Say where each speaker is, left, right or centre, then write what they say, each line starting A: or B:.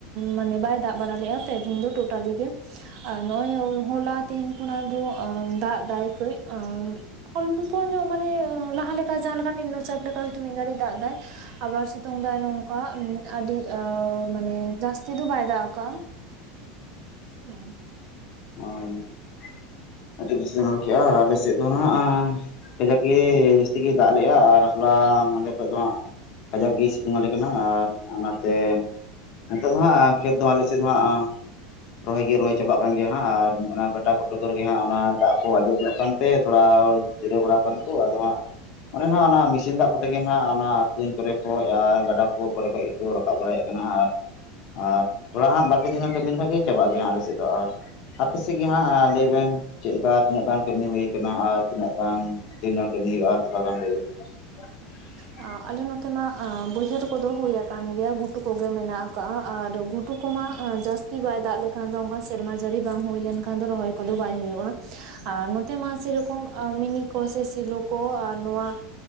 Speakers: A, on the right; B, on the left.
A: ᱢᱟᱱᱮ ᱵᱟᱭ ᱫᱟᱜ ᱵᱟᱲᱟ ᱞᱮᱫᱼᱟ ᱯᱮ ᱫᱤᱱ ᱫᱚ ᱴᱳᱴᱟᱞᱤ ᱜᱮ, ᱟᱨ ᱱᱚᱜᱼᱚᱭ ᱦᱚᱞᱟ ᱛᱮᱦᱮᱧ ᱠᱷᱚᱱᱟᱜ ᱫᱚ ᱫᱟᱜ ᱫᱟᱭ ᱠᱟᱹᱡ, ᱯᱷᱚᱞ ᱡᱩᱫᱟᱹ ᱧᱚᱜ ᱢᱟᱱᱮ ᱞᱟᱦᱟ ᱞᱮᱠᱟ ᱡᱟᱦᱟᱸᱞᱮᱠᱟ ᱱᱤᱢᱱᱳ ᱪᱟᱯ ᱞᱮᱠᱟ ᱦᱚᱭᱛᱚ ᱢᱤᱫ ᱜᱷᱟᱹᱲᱤᱡ ᱫᱟᱜ ᱫᱟᱭ᱾ ᱟᱵᱟᱨ ᱥᱤᱛᱩᱝ ᱫᱟᱭ ᱱᱚᱝᱠᱟ ᱟᱹᱰᱤ ᱢᱟᱱᱮ ᱡᱟᱹᱥᱛᱤ ᱫᱚ ᱫᱟᱜ ᱠᱟᱜᱼᱟ᱾ ᱦᱩᱸ <inaudible>
B: <unintelligible> ᱟᱹᱰᱤ ᱵᱷᱤᱥᱚᱱ ᱨᱚᱲ ᱠᱮ-ᱟ ᱟᱨ ᱟᱞᱮᱥᱮᱫ ᱫᱚ ᱱᱟᱦᱟᱜ ᱮᱸ ᱠᱟᱡᱟᱠᱮ ᱡᱟᱹᱥᱛᱤ ᱜᱮ ᱫᱟᱜ ᱞᱮᱜᱼᱟ ᱟᱨ, ᱦᱚᱞᱟ ᱢᱟᱸᱦᱫᱮᱨ ᱠᱷᱚᱡ ᱫᱚ ᱦᱟᱸᱜ ᱠᱟᱡᱟᱠ ᱜᱮ, ᱥᱤᱛᱩᱝ ᱟᱞᱮ ᱠᱟᱱᱟ ᱟᱨ ᱚᱱᱟᱛᱮ ᱱᱤᱛᱚᱜ ᱫᱚ ᱦᱟᱸᱜ ᱠᱷᱮᱛ ᱫᱚ ᱦᱟᱸᱜ ᱟᱞᱮ ᱥᱮᱫ ᱫᱚ ᱦᱟᱸᱜ, ᱨᱚᱦᱚᱭ ᱜᱮ ᱨᱚᱦᱚᱭ ᱪᱟᱵᱟᱜ ᱠᱟᱱ ᱦᱟᱸᱜ ᱟᱨ ᱚᱱᱟ ᱵᱮᱴᱟ ᱠᱩᱴᱟᱹ ᱠᱚᱨᱮ ᱜᱮ ᱦᱟᱸᱜ ᱚᱱᱟ ᱫᱟᱜ ᱠᱚ ᱟᱡᱮᱫ ᱧᱚᱜ ᱠᱟᱱᱛᱮ ᱛᱷᱚᱲᱟ ᱡᱤᱨᱟᱹᱣ ᱵᱟᱲᱟ, ᱵᱟᱝ ᱠᱚ ᱟᱫᱚ ᱦᱟᱸᱜ᱾ ᱚᱱᱮ ᱱᱟᱭᱟ ᱚᱱᱟ ᱢᱮᱥᱤᱱ ᱫᱟᱜ ᱠᱚᱛᱮ ᱜᱮ ᱱᱟᱜ ᱚᱱᱟ ᱠᱩᱧ ᱠᱚᱨᱮ ᱠᱷᱚᱡ ᱟᱨ ᱜᱟᱰᱟ ᱠᱚ ᱠᱚᱨᱮ ᱠᱷᱚᱡ, ᱨᱟᱠᱟᱵ ᱵᱟᱲᱟᱭᱮᱫ ᱠᱟᱱᱟ ᱟᱨ ᱟᱨ ᱛᱷᱚᱲᱟ ᱦᱟᱸᱜ ᱵᱟᱨ ᱯᱮ ᱫᱤᱱ ᱠᱟᱹᱢᱤ ᱞᱮᱠᱷᱟᱡ ᱜᱮ ᱪᱟᱵᱟᱜ ᱜᱮᱭᱟ ᱟᱞᱮ ᱥᱮᱫ ᱫᱚ ᱟᱨ, ᱟᱯᱮᱥᱮᱫ ᱜᱮ ᱦᱟᱸᱜ ᱞᱟᱹᱭ ᱵᱮᱱ ᱪᱮᱫ ᱞᱮᱠᱟ ᱛᱤᱱᱟᱹᱜ ᱜᱟᱱ ᱠᱟᱹᱢᱤ ᱦᱩᱭ ᱠᱟᱱᱟ ᱟᱨ ᱛᱤᱱᱟᱹᱜ ᱜᱟᱱ, ᱛᱤᱱ ᱦᱚᱲ ᱠᱟᱹᱢᱤ ᱦᱩᱭᱩᱜ-ᱟ ᱛᱷᱚᱲᱟ ᱜᱟᱱ ᱞᱟᱹᱭ ᱵᱮᱱ? <inaudible>
A: ᱟᱞᱮ ᱱᱚᱛᱮ ᱢᱟ ᱵᱟᱹᱭᱦᱟᱹᱲ ᱠᱚᱫᱚ ᱦᱩᱭ ᱟᱠᱟᱱ ᱜᱮᱭᱟ ᱜᱷᱩᱴᱩ ᱠᱚᱜᱮ ᱢᱮᱱᱟᱜ ᱠᱟᱜ-ᱟ ᱟᱨ, ᱴᱩ ᱠᱚᱢᱟ ᱡᱟᱹᱥᱛᱤ ᱵᱟᱭ ᱫᱟᱜ ᱞᱮᱠᱷᱟᱱ ᱫᱚ ᱚᱱᱠᱟ ᱥᱮᱨᱢᱟ ᱡᱟᱹᱲᱤ ᱵᱟᱝ ᱦᱩᱭ ᱞᱮᱱᱠᱷᱟᱱ ᱫᱚ ᱨᱚᱦᱚᱭ ᱠᱚᱫᱚ ᱵᱟᱭ ᱦᱩᱭᱩᱜᱼᱟ᱾ ᱟᱨ ᱱᱚᱛᱮ ᱢᱟ ᱥᱮᱨᱚᱠᱚᱢ ᱢᱤᱱᱤ ᱠᱚ ᱥᱮ ᱥᱮᱞᱩ ᱠᱚ ᱟᱨ ᱱᱚᱣᱟ,